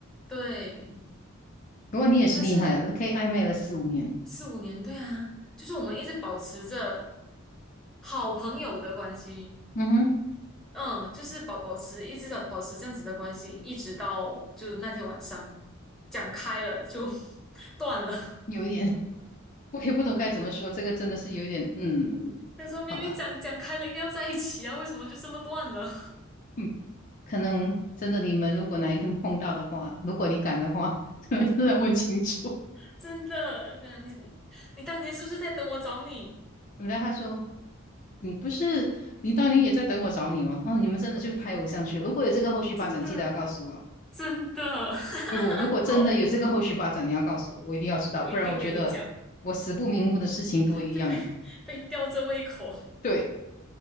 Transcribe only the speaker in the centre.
对，
但是四五年，对啊，就是我们一直保持着好朋友的关系，
嗯，就是保保持一直的保持这样子的关系，一直到就那天晚上讲开了就 <laughs> 断了。<laughs>
他说明明讲讲开了应该要在一起啊，
为什么就这么断了？
<laughs> 真的，这样你你当年是不是在等我找你？
真的
真的，
<laughs> 好，
我一定跟你讲。
就被 <laughs> 被吊着胃口。